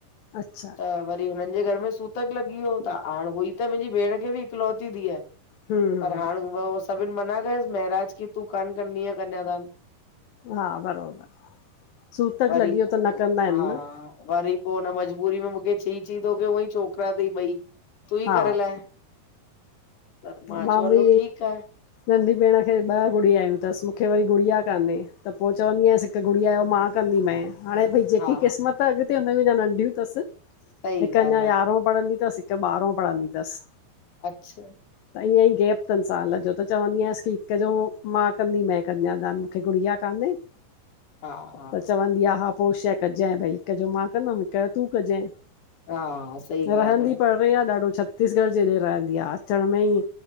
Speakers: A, on the left; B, on the left.
A: अच्छा
B: त व री हुननि जे घर में सूतक लॻी वियो, त हाण हुई त मुंहिंजी भेण खे बि इकलौती धिअ
A: हम्म हम्म
B: पर हाणे उ सभिनि मना कयसि महिराज की तूं कान कन्दिअ कन्यादान
A: हा बरोबरि, सूतक
B: वरी
A: लॻी वियो
B: पो
A: त न कंदा आहिनि
B: हा
A: न।
B: वरी पोइ हुन मजबूरी में मूंखे च चई कि तोखे उअई छोकिरा तई ॿई, तू ई
A: हा
B: करे लाए त
A: मां
B: चयो हलो
A: बि
B: ठीकु आहे
A: नंढी भेण खे ॿ गुड़िया आहिन, त मूंखे वरी गुड़िया कान्हे त पो चवंदी आयंसि हिकु गुड़िया जो मां कंदी मएं। हाणे भई जेकी
B: हा
A: क़िस्मत अॻिते हुन अञा नंढियूं तस,
B: सही
A: हिकु
B: ॻाल्हि
A: अञा
B: आहे
A: यारहों पढ़ंदी तस हिक बारों पढ़दि तस।
B: अच्छा
A: त ईअंई गैप तनि साल जो त चवंदी आयसि की हिक जो मां कंदी मए कन्यादान मूंखे गुड़िया कान्हे।
B: <inaudible> हा
A: त चवंदी आ हा पो शाऐ कजाइ भई हिक जो मां कंदमि हिकु जो तूं कजाए
B: हा सही
A: रहंदी
B: ॻाल्हि
A: परे आहे ॾाढो छत्तीसगढ़ जे हेॾे रहंदी आहे। अचण में ईं